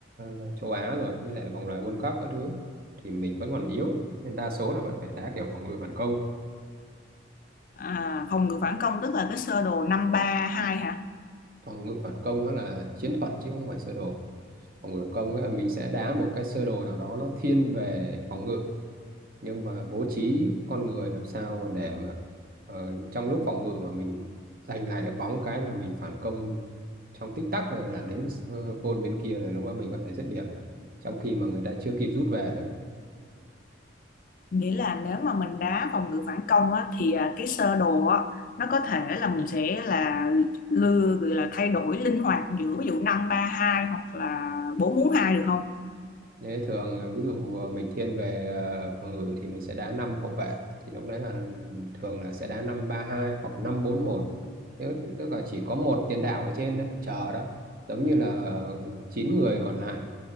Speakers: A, on the right; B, on the left.
A: ờ, châu Á rồi mới lại vòng loại World Cup các thứ thì mình vẫn còn yếu nên đa số là vẫn phải đá kiểu phòng ngự phản công
B: À, phòng ngự phản công tức là cái sơ đồ năm ba hai hả?
A: phòng ngự phản công nó là chiến thuật chứ không phải sơ đồ phòng ngự phản công nghĩa là mình sẽ đá một cái sơ đồ nào đó nó thiên về phòng ngự nhưng mà bố trí con người làm sao để mà ờ, trong lúc phòng ngự mà mình giành lại được bóng cái là mình phản công trong tích tắc rồi là đến uh, gôn bên kia là lúc đó mình có thể dứt điểm được trong khi mà người ta chưa kịp rút về nữa
B: Nghĩa là nếu mà mình đá phòng ngự phản công á, thì à, cái sơ đồ á, nó có thể là mình sẽ là lưa gọi là thay đổi linh hoạt giữa ví dụ năm ba hai hoặc là bốn 4 hai được không?
A: Thế thường ờ, ví dụ ờ, mình thiên về ờ, phòng ngự thì mình sẽ đá 5 hậu vệ thì lúc đấy là thường là sẽ đá năm ba hai hoặc năm bốn một tức tức là chỉ có một tiền đạo ở trên đấy chờ đó giống như là 9 người còn lại